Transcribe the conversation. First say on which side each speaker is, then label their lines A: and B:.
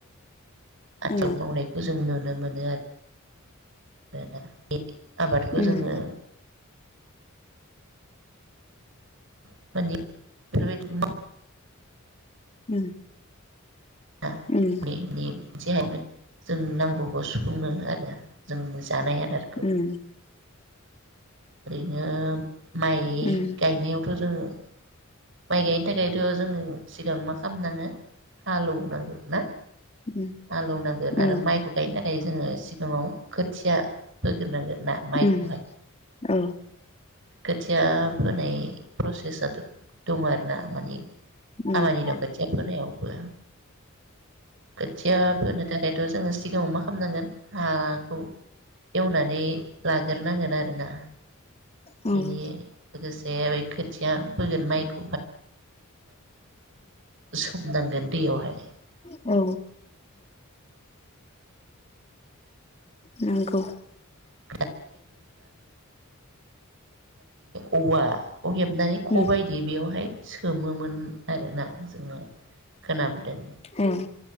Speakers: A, on the right; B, on the left.
A: आदब
B: उम
A: मावनायखौ जों नुनो मोनो आरो <unintelligible> आबादखौ
B: उम
A: जोङो <unintelligible>
B: उम
A: <unintelligible>
B: उम
A: जोंनो नांगौ बस्थु <unintelligible> जानाय आदारखौ
B: उम
A: ओरैनो माइ
B: उम
A: गायनायाव खौ जोङो माइ गायनो थाखायथ' जोङो सिगां मा खालामनाङो हालेवनांगौ ना?
B: उम
A: हालौनांगोन
B: उम
A: आरो
B: औ
A: माइखौ गायनो नां फ्राय जोङो सिगाङाव खोथिया फोग्रोनांगोन ना माइखौहाय
B: उम औ
A: खोथिया फोनाय प्रसेसआथ' दङ आरोना माने खामानि
B: उम
A: दं खोथिया फोनायावबो खोथिया फोनो थाखायथ' जोङो सिगाङाव मा खालामनांगोन हाखौ एवनानै लाग्रोनांगोन आरोना
B: उम
A: बिनि लोगोसे बे <unintelligible> सोमनांगोन दैयावहाय
B: औ नंगौ।
A: <unintelligible> <unintelligible> औवा खौ हेबनानै ख'
B: उम
A: बायदि बेयावहाय सोमोमोन आरोना जोंनाव खोनाबदों
B: ओं